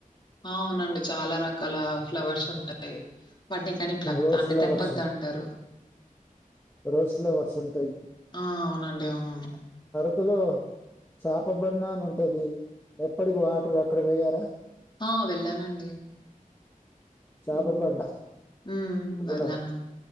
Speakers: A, on the left; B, on the left.
A: అవునండి చాలా రకాల ఫ్లవర్స్ ఉంటాయి వాటిని కానీ పల
B: రోజ్
A: అంటే
B: ఫ్లవర్స్
A: తెంపదు
B: ఉంటాయి
A: అంటారు
B: రోజ్ ఫ్లవర్స్ ఉంటాయి
A: ఆ అవునండి అవునను
B: పార్కులో చాప బండ అని ఉంటది ఎప్పటికి వాటర్ అక్కడ పోయారా
A: ఆ వెళ్ళానండి
B: చేప
A: హు
B: బండ
A: ఉహు
B: అక్కడ
A: వేళ్ళను అండి